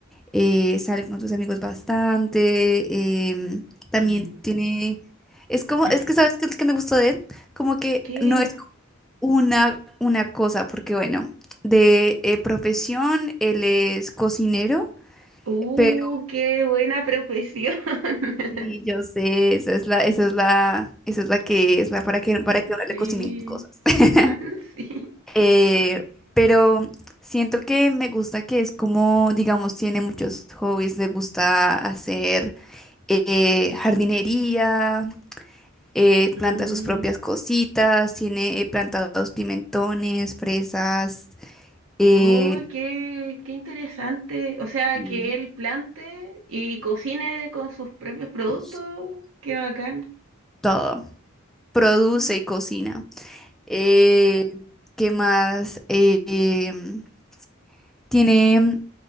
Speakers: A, in the centre; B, on the right.
A: eh, sale con sus amigos bastante, em, también
B: Mm.
A: tiene, es como,
B: <clears throat>
A: es que sabes qué es lo que me gustó de él, como que
B: ¿Qué?
A: no es una, una cosa, porque bueno, de eh, profesión él es cocinero,
B: ¡Uh,
A: pero
B: qué buena profesión! <laughs>
A: sí, yo sé, esa es la, esa es la, esa es la que es la para que para que ahora le
B: Sí,
A: cocinen cosas. <laughs>
B: <laughs> sí.
A: Eh, pero siento que me gusta que es como, digamos, tiene muchos hobbies, le gusta hacer eh, jardinería, eh,
B: Mm.
A: planta sus propias cositas, tiene eh, plantados pimentones, fresas, eh,
B: ¡Oh, qué, qué interesante! O sea,
A: y
B: que él plante y cocine con sus propios productos.
A: cos-
B: ¡Qué bacán!
A: todo. Produce
B: Mm.
A: y cocina. Eh, ¿qué más? Eh, em, tiene